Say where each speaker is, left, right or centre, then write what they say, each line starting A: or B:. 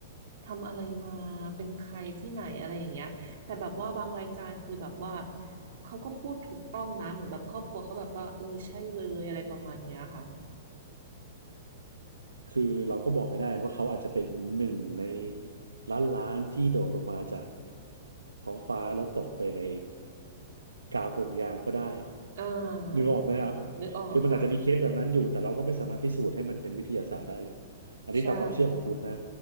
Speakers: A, on the right; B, on the right.
A: ทำอะไรมาเป็นใครที่ไหนอะไรอย่างเงี้ยแต่แบบว่าบางรายการคือแบบว่าเขาก็พูดถูกต้องนะเหมือนแบบครอบครัวเขาแบบว่าเออใช่เลยอะไรประมาณเนี้ยค่ะ
B: คือเราก็บอกไม่ได้ว่าเขาอาจจะเป็นหนึ่งในล้านล้านที่โดดลงมาจากท้องฟ้าแล้วตกไปในกลางห่วงยางก็ได้
A: อ่า
B: นึกออกไหมครับ
A: นึกออกค่ะ
B: คือมันอาจจะมีเคสแบบนั้นอยู่แต่เราก็ไม่สามารถพิสูจน์ให้มันเป็นวิทยาศาสตร์ได้หรอกอันนี้ตามความเชื่อของพุทธนะ
A: ใช่